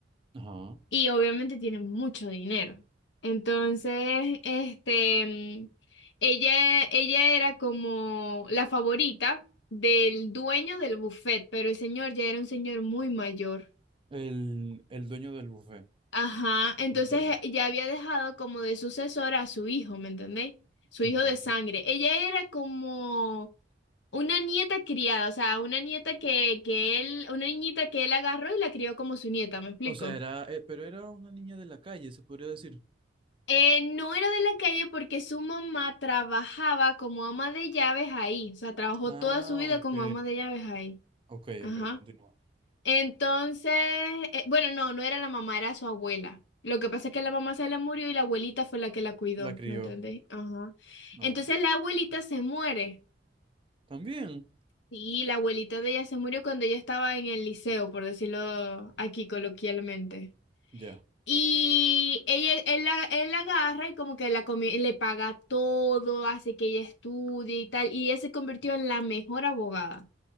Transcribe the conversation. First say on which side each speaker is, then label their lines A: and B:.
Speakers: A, on the right; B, on the left.
A: Ajá.
B: Y obviamente tiene mucho dinero. Entonces, este, mm, ella, ella era como la favorita del dueño del buffet, pero el señor ya era un señor muy mayor.
A: El, el dueño del buffet.
B: Ajá, entonces
A: Ok,
B: eh, ya había dejado como de sucesor a su hijo, ¿me entendéis? Su
A: te
B: hijo
A: entiendo.
B: de sangre. Ella era como una nieta criada, o sea, una nieta que, que él, una niñita que él agarró y la crió como su nieta, ¿me explico?
A: O sea, era, eh, pero era una niña de la calle, se podría decir.
B: Eh, no era de la calle porque su mamá trabajaba como ama de llaves ahí, o sea, trabajó
A: Ah,
B: toda su vida
A: ok.
B: como ama de llaves ahí.
A: Ok,
B: Ajá.
A: ok, continúa.
B: Entonces, eh, bueno, no, no era la mamá, era su abuela. Lo que pasa es que la mamá se le murió y la abuelita fue la que la cuidó,
A: La crió.
B: ¿me entendés? Ajá.
A: No.
B: Entonces la abuelita se muere.
A: También.
B: Y la abuelita de ella se murió cuando ella estaba en el liceo, por decirlo aquí coloquialmente.
A: Ya.
B: Y ella, él, la, él la agarra y como que la comi- le paga todo, hace que ella estudie y tal. Y ella se convirtió en la mejor abogada